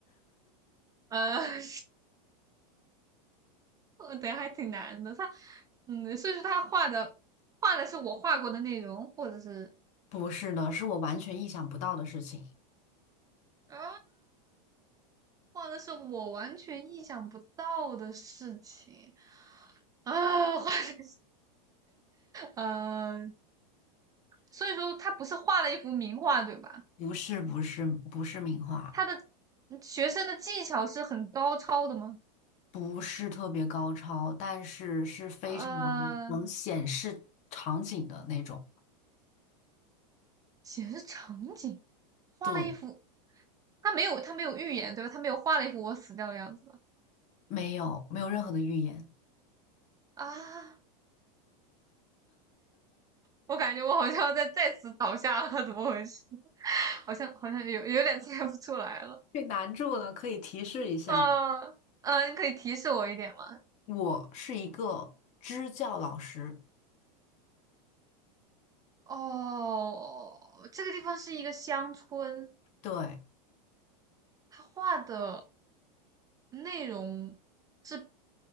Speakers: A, on the right; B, on the left.
A: 呃，<laughs> 我等还挺难的。他，嗯，所以说他画的画的是我画过的内容，或者是
B: 不是的，是我完全意想不到的事情，
A: 啊，画的是我完全意想不到的事情啊，画的是呃，所以说他不是画了一幅名画对吧？
B: 不是不是不是名画。
A: 他的嗯学生的技巧是很高超的吗？
B: 不是特别高超，但是是非常
A: 呃，
B: 能显示场景的那种。
A: 显示场景，画了一幅，
B: 对，
A: 他没有他没有预言对吧？他没有画了一幅我死掉的样子吧？
B: 没有没有任何的预言。
A: 啊，我感觉我好像要再再次倒下了，怎么回事？好像好像有有点猜不出来了。
B: 被难住了，可以提示一下。
A: 啊，嗯，你可以提示我一点吗？
B: 我是一个支教老师，
A: 哦，这个地方是一个乡村，
B: 对，
A: 他画的内容是